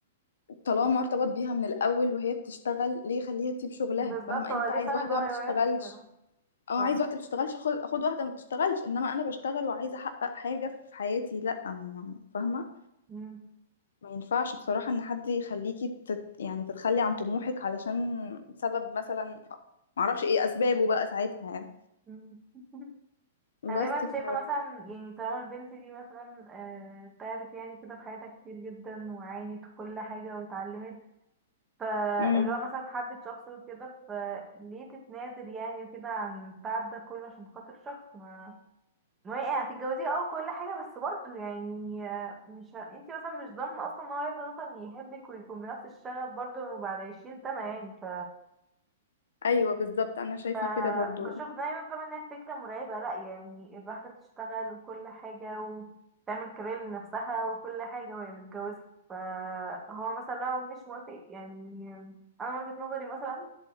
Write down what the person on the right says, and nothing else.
بالظبط
هو
ليه فعلا
ان هو
يغير
فيها
ف
مم.
مم. <laughs>
انا دايما
شايفة مثلا يعني طالما البنت دي مثلا آه، تعبت يعني كده في حياتها كتير جدا وعانت وكل حاجة واتعلمت فاللي
هو مثلا حبة شخص وكده فليه تتنازل يعني وكده عن التعب ده كله عشان خاطر شخص ما ما هي يعني هتتجوزيه اه كل حاجة بس برضه يعني مش ه... انتي مثلا مش ضامنة اصلا ان هو هيفضل مثلا يحبك ويكون بنفس الشغف برضه بعد عشرين سنة يعني ف...
فبشوف
دايما فاهمة انها فكرة مرعبة لأ يعني الواحدة بتشتغل وكل حاجة وتعمل كارير لنفسها وكل حاجة وهي متجوزة فهو مثلا لو مش موافق يعني أنا من وجهة نظري مثلا